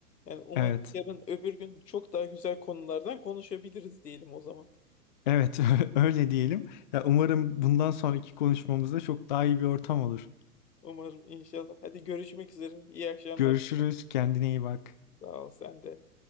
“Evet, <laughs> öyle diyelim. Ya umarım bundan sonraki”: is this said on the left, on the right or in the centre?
Left